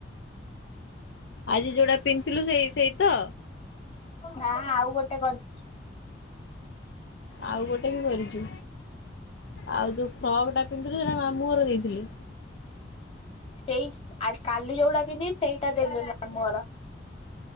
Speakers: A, on the left; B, on the left.
A: ଆଜି ଯୋଉଟା ପିନ୍ଧଥିଲୁ ସେଇ ସେଇ ତ?
B: ନା ଆଉ ଗୋଟେ କରିଛି।
A: ଆଉ ଗୋଟେ ବି କରିଚୁ। ଆଉ ଯୋଉ ଫ୍ରକ୍ ଟା ପିନ୍ଧଥିଲୁ ସେଟା ମାମୁଁ ଘର ଦେଇଥିଲି?
B: ସେଇ କାଲି ଯୋଉଡା ପିନ୍ଧିବି ସେଇଟା ଦେବେ ମାମୁଁ ଘର।